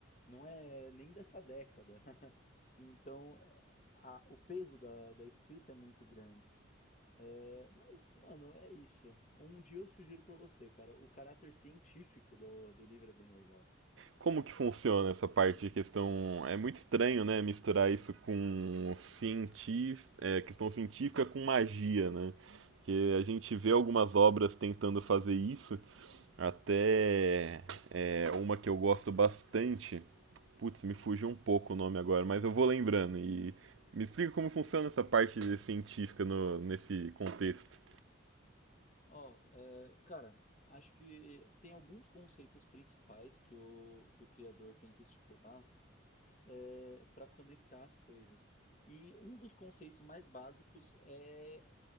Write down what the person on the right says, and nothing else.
Como que funciona essa parte de questão? É muito estranho, né, misturar isso com cientif... é, questão científica com magia, né? Porque a gente vê algumas obras tentando fazer isso, até é, uma que eu gosto bastante. Putz, me fugiu um pouco o nome agora, mas eu vou lembrando. E me explica como funciona essa parte científica no- nesse contexto.